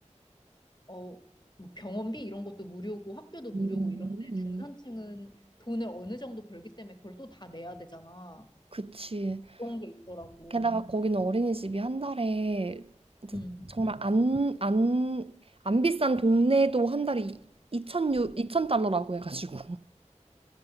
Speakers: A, on the left; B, on the right.
A: 어, 뭐 병원비 이런 것도 무료고 학교도 무료고
B: 음,
A: 이런데
B: 음.
A: 중산층은 돈을 어느 정도 벌기 때문에 그걸 또 다 내야 되잖아.
B: 그치.
A: 그런 게 있더라고.
B: 게다가 거기는 어린이집이 한 달에 이제
A: 음.
B: 정말 안, 안, 안 비싼 동네도 한 달에 2천0 0달러라고 해가지고.